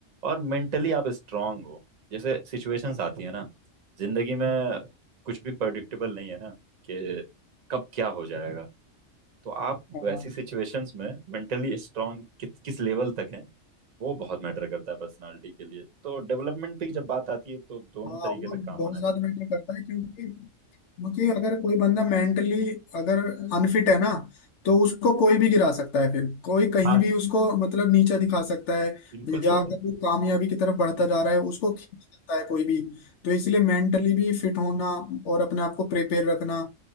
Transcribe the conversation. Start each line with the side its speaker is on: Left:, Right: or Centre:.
Right: और मेंटली आप स्ट्रांग हो जैसे सिचुएशंस आती है ना जिंदगी में कुछ भी प्रडिक्टेबल नहीं है ना कि कब क्या हो जाएगा तो आप
Left: हाँ
Right: वैसी सिचुएशंस में मेंटली स्ट्रांग कि, किस लेवल तक हैं वो बहुत मैटर करता है पर्सनालिटी के लिए तो डेवलपमेंट की जब बात आती है तो दोनों
Left: हाँ
Right: तरीके
Left: वो
Right: से
Left: बहुत
Right: काम होना
Left: ज्यादा
Right: चाहिए
Left: मैटर करता है क्योंकि क्योंकि अगर कोई बंदा मेंटली अगर अनफिट है ना तो उसको कोई भी गिरा सकता है फिर कोई कहीं
Right: हाँ
Left: भी उसको मतलब नीचा दिखा सकता है
Right: बिल्कुल
Left: या
Right: सही
Left: अगर
Right: बात
Left: वो कामयाबी की तरफ बढ़ता जा रहा है उसको खींच सकता है कोई भी तो इसलिए मेंटली भी फिट होना और अपने आप को प्रिपेयर रखना